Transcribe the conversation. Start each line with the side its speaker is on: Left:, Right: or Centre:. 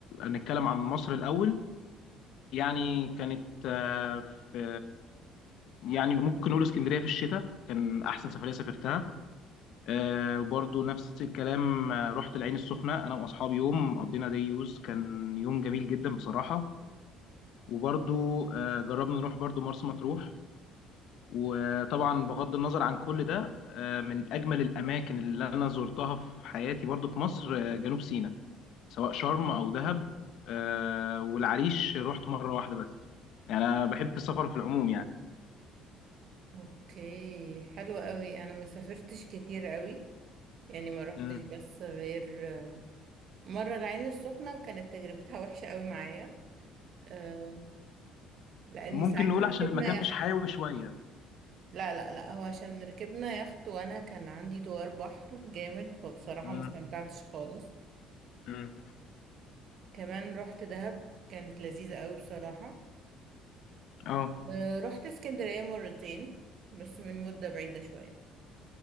Left: نتكلم عن مصر الاول يعني كانت آه، في يعني ممكن نقول اسكندريه في الشتاء كان احسن سفريه سافرتها آه، وبرضه نفس الكلام آه، رحت العين السخنه انا واصحابي يوم قضينا دي يوز كان يوم جميل جدا بصراحه وبرضه آه، جربنا نروح برضه مرسى مطروح وطبعا بغض النظر عن كل ده آه، من اجمل الاماكن اللي انا زرتها في حياتي برضو في مصر آه، جنوب سيناء سواء شرم او دهب آه، والعريش رحت مره واحده بس يعني انا بحب السفر في العموم يعني
Right: اوكي حلو قوي انا ما سافرتش كتير قوي يعني ما روحتش
Left: مم.
Right: بس غير آه، مرة العين السخنة وكانت تجربتها وحشة قوي معايا آه، لاني
Left: ممكن
Right: ساعتها
Left: نقول عشان
Right: ركبنا
Left: المكان
Right: يخت
Left: مش حيوي شويه
Right: لا لا لا هو عشان ركبنا يخت وانا كان عندي دوار بحر جامد فبصراحة
Left: مم.
Right: ما استمتعتش خالص
Left: مم.
Right: كمان رحت دهب كانت لذيذة قوي بصراحة
Left: اه
Right: آه، رحت اسكندرية مرتين بس من مدة بعيدة شوية